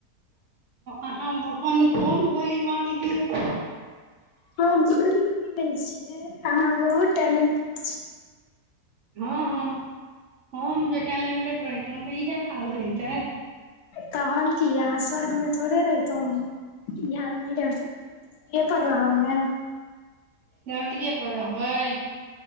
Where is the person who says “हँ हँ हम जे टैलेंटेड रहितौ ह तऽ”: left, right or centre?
Right